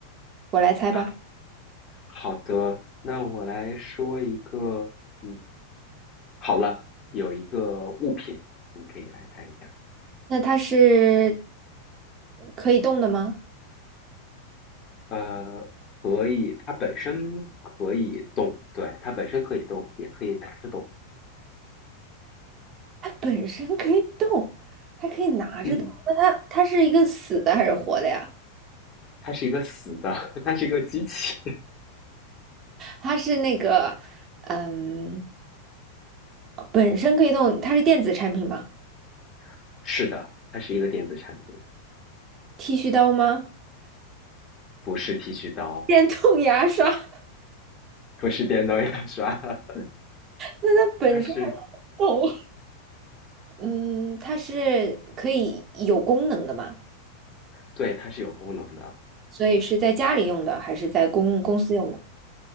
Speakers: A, on the right (about 30°); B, on the left (about 30°).
A: 我来猜吧。
B: 啊，好的，那我来说一个，嗯，好了，有一个物品，你可以来猜一下。
A: 那它是可以动的吗？
B: 呃，可以，它本身可以动，对，它本身可以动，也可以拿着动。
A: 它本身可以动，还可以拿着动。
B: 嗯，
A: 那它它是一个死的还是活的呀？
B: 它是一个死的，<laughs> 它是一个机器。
A: 它是那个嗯，本身可以动，它是电子产品吗？
B: <laughs> 是的，它是一个电子产品，
A: 剃须刀吗？
B: 不是剃须刀，
A: 电动牙刷？<laughs>
B: 不是电动牙刷，<laughs>
A: 那它本身还可以动，
B: 它是，
A: 嗯，它是可以有功能的吗？
B: 对，它是有功能的。
A: 所以是在家里用的还是在公公司用的？